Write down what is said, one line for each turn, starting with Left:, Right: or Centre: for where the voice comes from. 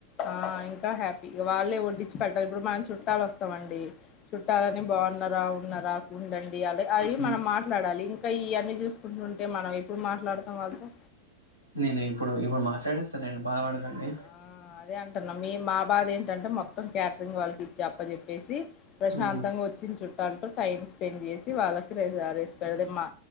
Left: ఆ ఇంకా హ్యాపీ వాళ్ళే వడ్డించి పెళ్తారు ఇప్పుడు మనం చుట్టాలు వస్తామండి చుట్టాలని బాగున్నారా ఉన్నారా ఉండండి యాలి అది
Right: హ్మ్.
Left: మనం మాట్లాడాలి ఇంకా ఇవన్నీ చూసుకుంటుంటే మనం ఎప్పుడు మాట్లాడుతాం వాళ్ళతో
Right: నేను ఇప్పుడు ఇప్పుడు మాట్లాడేస్తానండి బాధ పడకండి
Left: ఆ అదే అంటున్నా మీ మా బాధ ఏంటంటే మొత్తం క్యాటరింగ్ వాళ్ళకి ఇచ్చి అప్ప చెప్పేసి ప్రశాంతంగా
Right: హ్మ్
Left: వచ్చి చు తో టైం స్పెండ్ చేసి వాళ్ళకి ర రేసిపె మా